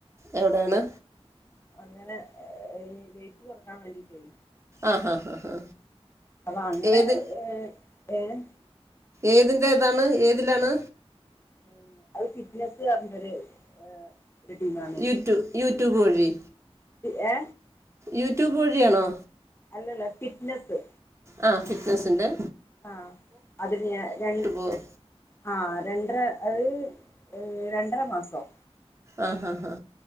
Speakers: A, on the right; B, on the left.
A: എവിടെയാണ്
B: അങ്ങനെ ഈ വെയിറ്റ് കൊറക്കാൻ വേണ്ടിയിട്ടേ
A: ആഹാ ഹാ ഹാ
B: അപ്പൊ അങ്ങനെ
A: ഏത്
B: ഏഹ് ഏഹ്
A: ഏതിന്റെ ഇതാണ് ഏതിലാണ്
B: ഏഹ് അത് ഫിറ്റ്നെസ് പറഞ്ഞിട്ടൊരു ഏഹ് ഒരു ടീമാണ്
A: യൂടു യൂട്യൂബ് വഴി
B: ഏ
A: യൂട്യൂബ് വഴിയാണോ
B: അല്ലല്ല ഫിറ്റ്നെസ്
A: ആ ഫിറ്റ്നസിന്റെ
B: ആ അതില് ഞാൻ രൺ
A: പോവോ
B: ആ രൺ ര അത് ഏഹ് രണ്ടര മാസം
A: ആഹാ ഹാ